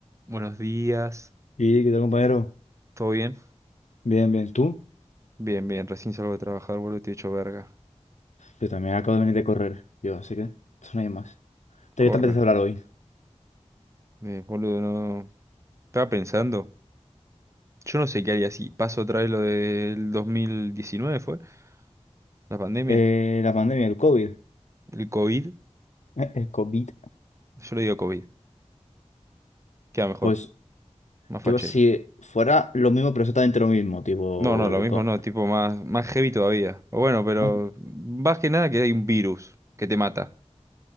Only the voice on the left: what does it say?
¿Y qué tal, compañero?
Bien, bien. ¿Tú?
Yo también acabo de venir de correr. Yo, así que eso no hay más. ¿De
qué Te voy a empezar a hablar hoy.
Eh, la pandemia, el COVID. <laughs>
El COVID.
Pues,
¿qué
pasa si fuera lo mismo, pero exactamente lo mismo? Tipo,
el
co-
no-